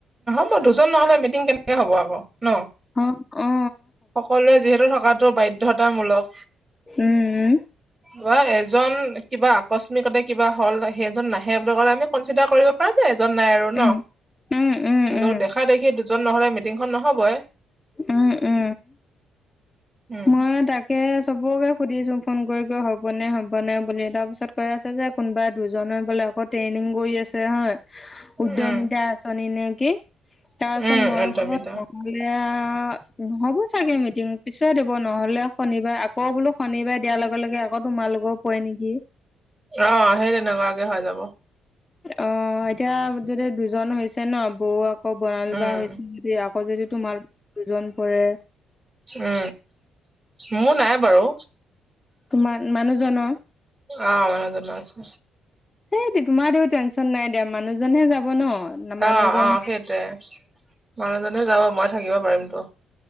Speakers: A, on the right; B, on the left.
A: ন দুজন নহ'লে মিটিং কেনেকে হ'ব আকৌ। ন।
B: অ অ
A: সকলোৱে যিহেতু থকাটো বাধ্যতামূলক।
B: উ, উ।
A: বা এজন কিবা আকস্মিকতে কিবা হ'ল, হেজন নাহে বুলি ক'লে আমি কনচিডা কৰিব পাৰা যাই এজন নাই আৰু ন।
B: উম উম উম
A: কিন্তু
B: উম
A: দেখা দেখি দুজ জন নহ'লে মিটিংখন নহ'বই।
B: উ, উ।
A: উম
B: মই তাকে চবকে সুধিছোঁ ফোন কই কই হ'বনে, হ'বনে বুলি তাপিছত কৈ আছে যে কোনবা দুজনে বোলে আকৌ ট্ৰেইনিং কই আছে হয়। উদ্যমিতা
A: উম
B: আঁচনি নে কি, তাপাছত
A: উম
B: মই
A: একদম
B: বোলো
A: একদম
B: <unintelligible> আ নহ'ব চাগে মিটিং পিছুৱাই দিব। নহ'লে শনিবাই আকৌ বোলো, শনিবাই দিয়া লগে লগে আ আকৌ তোমালোকও পৱে নেকি।
A: অ' হেই তেনেকুৱাকে হৈ যাব।
B: অ' এতিয়া যদি দুজন হৈছে ন বৌ আ কৌ বণালী
A: উম
B: বা হৈছে যদি আকৌ যদি তোমাৰ দুজন পৰে।
A: উ, মো নাই বাৰু।
B: তোমা মানুহজন অ'।
A: অ' মানুজন আছে।
B: সেইটো তোমাতেও টেনশ্যন নাই দে মানুহজনহে যাব ন। মানুহজনহে
A: অ', অ' সেইটোৱে, মানুহজনে যাব মই থাকিব পাৰিমতো।